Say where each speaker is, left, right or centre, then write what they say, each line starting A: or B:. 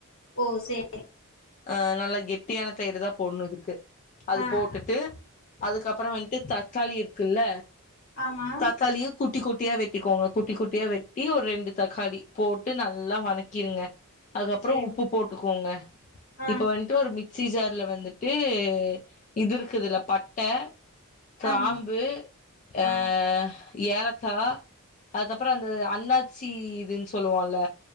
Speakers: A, on the left; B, on the left.
A: ஓ சேரி
B: அ நல்லா கெட்டியான தயிரு தான் போட்ணும் இதுக்கு அது
A: ஆ
B: போட்டுட்டு
A: ஆ
B: அதுக்கப்பறம் வந்துட்டு தக்காளி இருக்குல்ல
A: ஆமா
B: தக்காளியு குட்டி குட்டியா வெட்டிக்கோங்க குட்டி குட்டியா வெட்டி ஒரு ரெண்டு தக்காளி போட்டு நல்லா வணக்கிருங்க அதுக்கப்புறம்
A: சேரி
B: உப்பு போட்டுக்கோங்க
A: ஆ
B: இப்ப வந் ட்டு‌ ஒரு மிக்சி ஜார்ல வந்துட்டு இது இருக்குதுல பட்ட கிராம்பு
A: ஆமா ஆ
B: அ ஏலக்கா அதுக்கப்புறம் அந்த அண்ணாச்சி இதுனு சொ சொல்லுவோம்ல